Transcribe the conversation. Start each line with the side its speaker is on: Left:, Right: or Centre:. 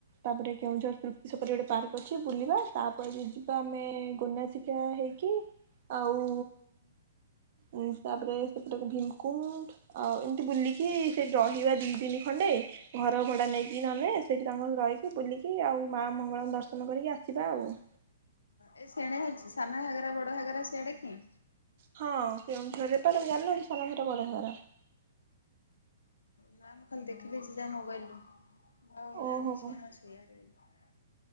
Right: ତାପରେ କେଉଁଝର ତୃପ୍ତି ସେପଟେ ଗୋଟେ ପାର୍କ ଅଛି ବୁଲିବା ତାପରେ ଯିବା ଆମେ ଗୋନାସିକା ହେଇକି ଆଉ ଉ ତାପରେ ସେପଟେ ଭୀମକୁଣ୍ଡ ଆଉ ଏମିତି ବୁଲିକି ସେଠି ରହିବା ଦି ଦିନ ଖଣ୍ଡେ ଘର ଭଡା ନେଇକି ନହେଲେ ସେଠି ତାଙ୍କ ସ ରହିକି ବୁଲିକି ଆଉ ମା ମଙ୍ଗଳାଙ୍କୁ ଦର୍ଶନ କରିକି ଆସିବା ଆଉ ।
Left: ଏଇ ସେଣେ ହଉଛି ସାନ ଘାଗରା ବଡ ଘାଗରା ସିଆଡେ କି?
Right: ହଁ କେଉଁଝରରେ ପା ତମେ ଜାଣିନ କି ସାନ ଘାଗରା ବଡ ଘାଗରା।
Left: ନାଁ ମୁଁ ଖାଲି ଦେଖି ଦେଇଛି ଯାହା ମୋବାଇଲ୍ ରେ ହଉ ମୁଁ
Right: ଓହୋ
Left: ଜାଣିନି ସେସବୁ ସିଆଡେ ବୋଲି।